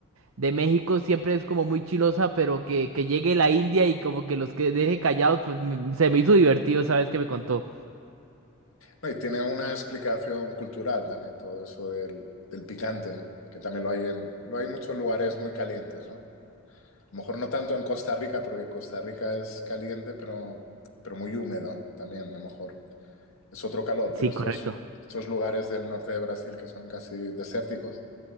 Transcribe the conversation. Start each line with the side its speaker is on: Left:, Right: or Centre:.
Right: de México siempre es como muy chilosa, pero que, que llegue la India y como que los que deje callados, pues me- se me hizo divertido, ¿sabes que me contó?
Left: No, y tiene una explicación cultural también todo eso del, del picante, que también lo hay en, lo hay en muchos lugares muy calientes, ¿no? A lo mejor no tanto en Costa Rica, porque Costa Rica es caliente, pero, pero muy húmedo también, a lo mejor. Es otro calor,
Right: Sí,
Left: pero estos,
Right: correcto.
Left: estos lugares del norte de Brasil que son casi desérticos,